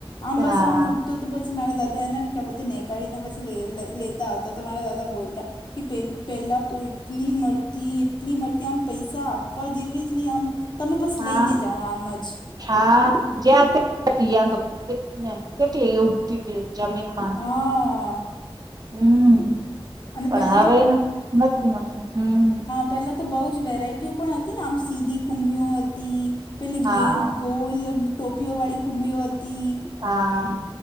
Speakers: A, on the left (about 50°); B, on the right (about 40°).
A: <unintelligible>
B: હા
A: તો તો પછી મારા દાદા એના ક્યાં બોલતે નેકાળીને પછી લ લઈ લેતા આવતા તો મારા દાદા બોલતા કે, પહે પહેલાં તો એટલી મળતી, એટલી મળતી, આમ પૈસા આપ- ફ એવી જ નહી આમ તમે બસ
B: હા
A: લઈને જઓ આમ જ
B: હા <inaudible> <inaudible> <unintelligible> <inaudible>
A: હા.
B: હમ
A: અને
B: પઢાવેને
A: પહેલાં તો
B: નથી મળતું હમ
A: પેલાતો બહુ જ વેરાયટીઓ પણ હતી ને, આમ સીધી ખુંભી ઓ હતી. પેલી
B: હા
A: ગેમ ગોલ ટોપીઓ વાળી ખુંબીઓ હતી.
B: હા